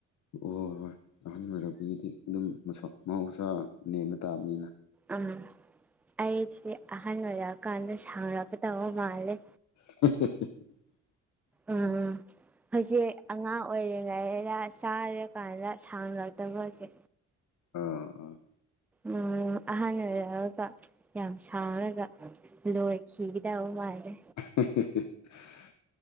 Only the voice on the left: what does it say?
ꯍꯣꯏ ꯍꯣꯏ ꯑꯍꯟ ꯑꯣꯏꯔꯛꯄꯒꯤꯗꯤ ꯑꯗꯨꯝ ꯃꯁꯥ ꯃꯍꯧꯁꯥ ꯅꯦꯝꯕ ꯇꯥꯕꯅꯤꯅ
<unintelligible>
ꯑꯥ ꯑꯥ
<unintelligible>